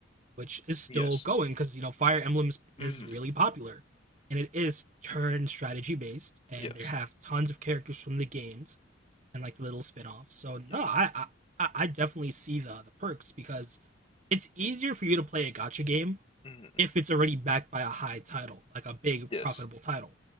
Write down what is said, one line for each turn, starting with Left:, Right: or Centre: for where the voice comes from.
Right: which is still
Left: Yes.
Right: going because you know Fire Emblem is,
Left: hmm
Right: is really popular, and it is turn strategy based, and
Left: Yes.
Right: they have tons of characters from the games and like little spin-offs. So, no,
Left: Yeah.
Right: I I, I definitely see the the perks because it's easier for you to play a gotcha game
Left: hmm
Right: if it's already backed by a high title, like a big
Left: Yes.
Right: profitable title.